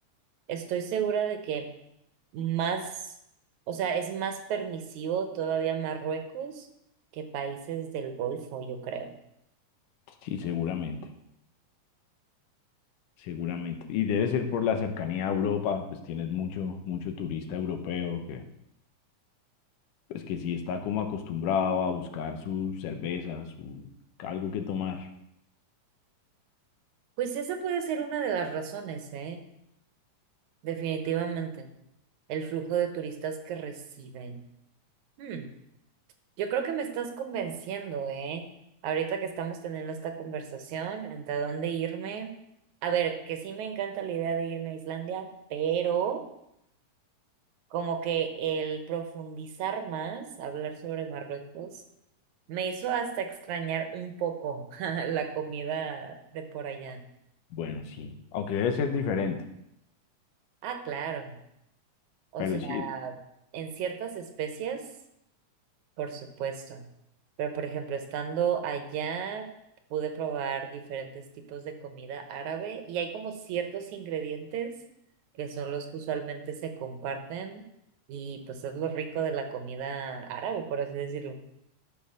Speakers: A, on the right; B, on the left.
A: Estoy segura de que más, o sea, es más permisivo todavía Marruecos que países del Golfo, yo creo.
B: Sí, seguramente, seguramente. Y debe ser por la cercanía a Europa, pues tienes mucho, mucho turista europeo que, pues que sí está como acostumbrado a buscar su cerveza, su algo que tomar.
A: Pues esa puede ser una de las razones, ¿eh? Definitivamente. El flujo de turistas que reciben. Hmm, Yo creo que me estás convenciendo, ¿eh? Ahorita que estamos teniendo esta conversación, ¿entre dónde irme? A ver, que sí me encanta la idea de irme a Islandia, pero como que el profundizar más, hablar sobre Marruecos, me hizo hasta extrañar un poco <laughs> la comida de por allá.
B: Bueno, sí, aunque debe ser diferente,
A: Ah, claro. O
B: pero
A: sea,
B: sí,
A: en ciertas especies, por supuesto. Pero, por ejemplo, estando allá, pude probar diferentes tipos de comida árabe y hay como ciertos ingredientes que son los que usualmente se comparten y pues es lo rico de la comida árabe, por así decirlo.